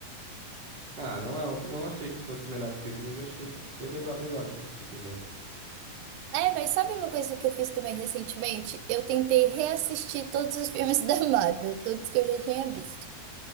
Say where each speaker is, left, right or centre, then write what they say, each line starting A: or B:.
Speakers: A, on the right; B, on the right.
A: Ah, não é, o- não achei que fosse o melhor filme, mas eu achei legal, legal de assistir também.
B: É, mas sabe uma coisa que eu fiz também recentemente? Eu tentei reassistir todos os filmes <laughs> da Marvel, todos que eu já tinha visto.